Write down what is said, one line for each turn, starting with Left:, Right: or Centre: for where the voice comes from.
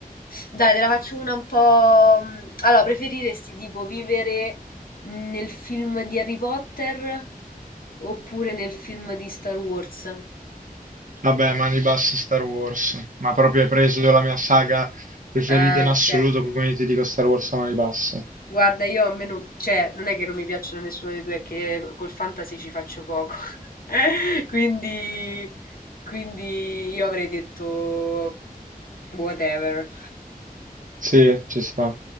Left: dai, te la faccio una un po'... mm, Allora, preferiresti tipo vivere nel film di Harry Potter oppure nel film di Star Wars?
Right: Vabbè, mani basse Star Wars, ma proprio hai preso la mia saga preferita
Left: Ah,
Right: in
Left: ok.
Right: assoluto, quindi ti dico Star Wars a mani basse.
Left: Guarda, io a me non, cioè, non è che non mi piacciono nessuno dei due, è che col fantasy ci faccio poco. <laughs> Quindi, quindi io avrei detto whatever.
Right: Sì, ci sta.